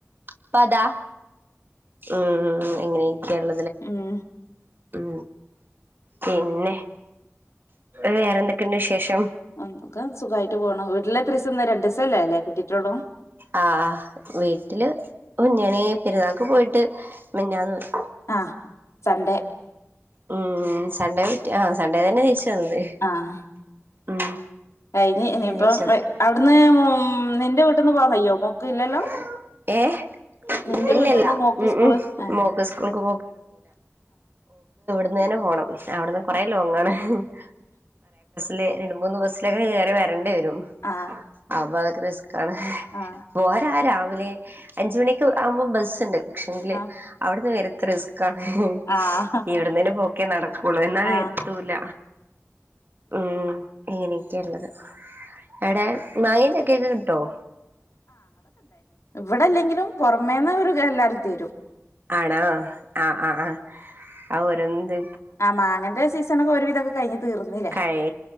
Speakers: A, on the right (about 45°); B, on the left (about 70°).
A: അപ്പ അതാ ഉം ഉം ഇങ്ങനെയൊക്കെയാണ്.
B: മ്
A: ഉ പിന്നെ, വേറെന്തൊക്കെയുണ്ട് വിശേഷം?
B: നമുക്ക സുഖായിട്ട് പോണ് വീട്ടിലെ ത്രസന്ന് നേര രണ്ട്സല്ലേ അല്ലേ ലേ കിട്ടിട്ടൊള്ളൂ?
A: ആ ങഹ വീട്ടില് ഇങ്ങനെ പെരുന്നാൾ. ക്ക പോയിട്ട് മിനിഞ്ഞാന്ന് വന്നു.
B: ആഹ സൺ‌ഡേ
A: ഉം സൺ‌ഡേ വിറ്റ ആ- സൺ‌ഡേ തന്നെ തിരിച്ചു ചത <inaudible>
B: ആഹ്
A: ഉം
B: കഴിഞ്ഞ് ഇനിയിപ്പം
A: തിരിച്ചു വന്നത്
B: അവിടുന്ന് നിന്റെ വീട്ടിൽന്ന് പോവാന്
A: ഹായ് ഏഹ്
B: നിന്റെ
A: ഇല്ലല്ല
B: വീട്ടിൽന്ന് മോക്ക്
A: ഉം
B: സ്കൂള്
A: ഉം
B: ആ-
A: മോക്ക് സ്കൂൾക്ക് അന്നുതന്നെ പോകണം അവിടുന്ന് കൊറെ ലോങ്ങാണ് <unintelligible> ലെ രണ്ട് മൂന്ന് ബസിലൊക്കെ കേറി വരണ്ടെവരും
B: ആഹ്
A: അവർ റസ് അതെ
B: ആഹ്
A: പോരാരാണ് അതിലെ അഞ്ച് മണിയൊക്കെ ആവുമ്പോ ബസ്സുണ്ട് പക്ഷങ്കില്
B: ആഹ്
A: അവിടുന്ന് വരുന്ന റസ്ക് അ ഹി ഹി
B: ആഹ്
A: ഇവിടുന്നന്നെ പൊക്കി നടക്കൂള്ളവന്നാൽ
B: ആഹ്
A: എത്തൂല ഉം എനിക്കല്ലത് എടേ മാങ്ങേ ചക്കേം ഒക്കെകി ട്ടുവോ
B: ഇവിടല്ലെങ്കിലും പുറമേന്ന് ഒരു എല്ലാവർക്കും തിരു
A: ആണോ ആ ആ ആ അവരെൻന്ത്
B: ആ മാങ്ങന്റെ സീസണൊക്കെ ഒരുവിധക്കെ കഴിഞ്ഞ് തീർന്നില്ലേ
A: കഴി